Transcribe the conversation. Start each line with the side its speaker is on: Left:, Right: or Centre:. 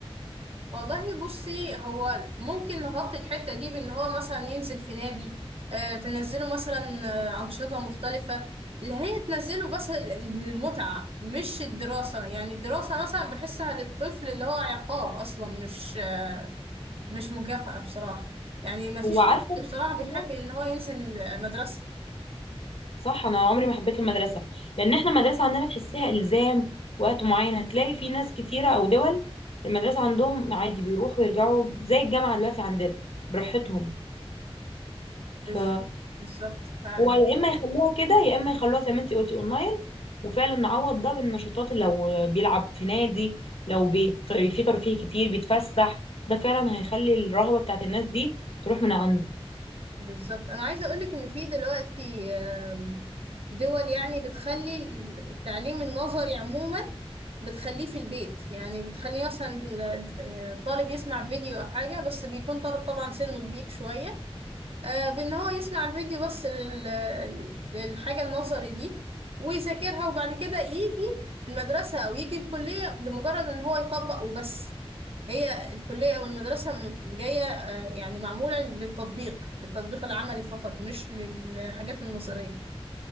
Right: والله بصي هو ممكن نغطي الحتة دي بإن هو مثلا ينزل في نادي آه تنزله مثلا آه أنشطة مختلفة اللي هي تنزله بس للمتعة مش الدراسة يعني الدراسة مثلا بحسها للطفل اللي هو عقاب أصلا مش آه مش مكافأة بصراحة يعني مفيش
Left: وعارفه
Right: طفل بصراحة
Left: المشكله
Right: بيحب إن هو ينزل آه، مدرسة
Left: صح انا عمري ما حبيت المدرسه لان احنا المدرسه عندنا تحسيها الزام وقت معين هتلاقي في ناس كتيره او دول المدرسه عندهم عادي بيروحوا ويرجعوا زي الجامعه دلوقتي عندنا براحتهم ف
Right: بالظبط بالظبط فعلا
Left: هو يا اما يخلوها كده يا اما يخلوها زي ما انتي قلتي اونلاين وفعلا نعوض ده بالنشاطات اللي لو بيلعب في نادي لو بيت... في ترفيه كتير بيتفسح ده فعلا هيخلي الرهبه بتاعت الناس دي تروح من عنده
Right: بالظبط انا عايزه اقول لك ان في دلوقتي آم، دول يعني بتخلي التعليم النظري عموما بتخليه في البيت يعني بتخليه مثلا آه، طالب يسمع فيديو او حاجه بس بيكون طالب طبعا سنه كبير شويه آه، بان هو يسمع الفيديو بس لل- للحاجه النظري دي ويذاكرها وبعد كده يجي المدرسه او يجي الكليه لمجرد ان هو يطبق وبس هي الكليه او المدرسه م- جايه آه، يعني معموله للتطبيق للتطبيق العملي فقط مش للحاجات النظريه